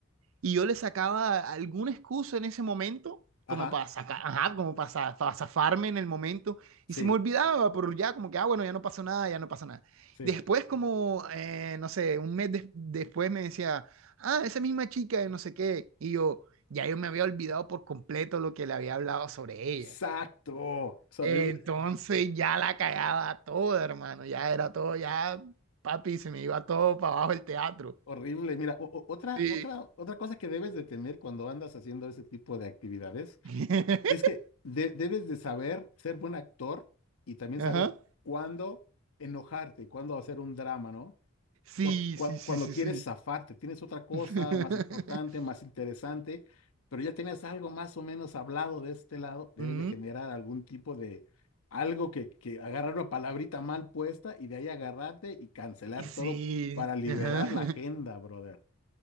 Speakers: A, on the right (about 70°); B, on the left (about 90°).
A: Y yo le sacaba alguna excusa en ese momento,
B: Ajá,
A: como para sacar, ajá, como para, para zafarme en el momento.
B: sí,
A: Y se me olvidaba, pero ya como que, ah, bueno, ya no pasó nada, ya no pasó nada.
B: sí.
A: Después, como, eh, no sé, un mes des- después me decía, ah, esa misma chica de no sé qué. Y yo, ya yo me había olvidado por completo lo que le había hablado sobre ella.
B: Exacto. Es horrible.
A: Entonces ya la cagaba toda, hermano, ya era todo, ya, papi, se me iba todo para abajo el teatro.
B: Horrible. Mira, o- o- otra,
A: Sí.
B: otra, otra cosa que debes de tener cuando andas haciendo ese tipo de actividades
A: <laughs>
B: es que de- debes de saber ser buen actor y también
A: Ajá.
B: saber cuándo enojarte, cuándo hacer un drama, ¿no?
A: Sí,
B: Porque cua-
A: sí, sí,
B: cuando
A: sí,
B: quieres
A: sí.
B: zafarte, tienes otra cosa
A: <laughs>
B: más importante, más interesante, pero ya tienes algo más o menos hablado de este lado, debes
A: Mm,
B: de generar algún tipo de algo que, que agarrar una palabrita mal puesta y de ahí agarrarte y cancelar
A: y sí,
B: todo para liberar
A: ajá. <laughs>
B: la agenda, brother.